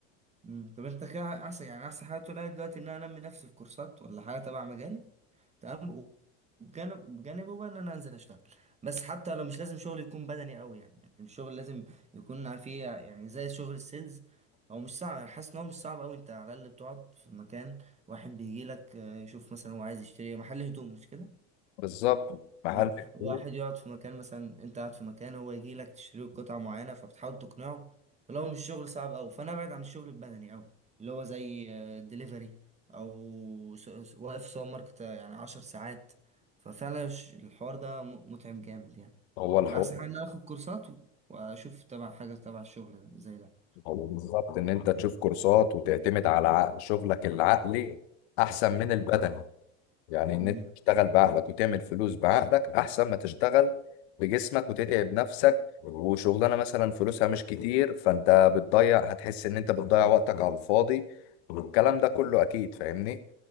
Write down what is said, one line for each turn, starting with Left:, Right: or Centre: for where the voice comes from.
Right: مم. طب انت كده احسن يعني احسن حاجة تقولها لي دلوقتي ان انا انمي نفسي في كورسات ولا حاجة تبع مجالي تمام بجانب بجانبه بقى ان انا انزل اشتغل بس حتى لو مش لازم شغل يكون بدني قوي يعني يعني الشغل لازم يكون فيه يعني زي شغل السيلز هو مش صعب انا حاسس ان هو مش صعب قوي انت على الاقل بتقعد في مكان واحد بيجي لك يشوف مثلا هو عايز يشتري إيه. محل هدوم مش كده
Left: بالظبط محل
Right: آه،
Left: هدوء
Right: واحد يقعد في مكان مثلا انت قاعد في مكان هو يجي لك تشتري له قطعة معينة فبتحاول تقنعه لو مش شغل صعب أوي فأنا أبعد عن الشغل البدني أوي اللي هو زي دليفري أو س- س- واقف سوبر ماركت آه، يعني عشر ساعات ففعلا الش- الحوار ده م- متعب جامد يعني
Left: هو الحوار
Right: فأحسن حاجة إن أنا آخد كورسات و- وأشوف تبع حاجة تبع الشغل زي ده
Left: هو بالظبط ان انت تشوف كورسات وتعتمد على عق- شغلك العقلي احسن من البدني يعني ان
Right: مم.
Left: انت تشتغل بعقلك وتعمل فلوس بعقلك احسن ما تشتغل بجسمك وتتعب نفسك وشغلانه مثلا فلوسها مش كتير فانت بتضيع هتحس ان انت بتضيع وقتك على الفاضي والكلام ده كله اكيد فاهمني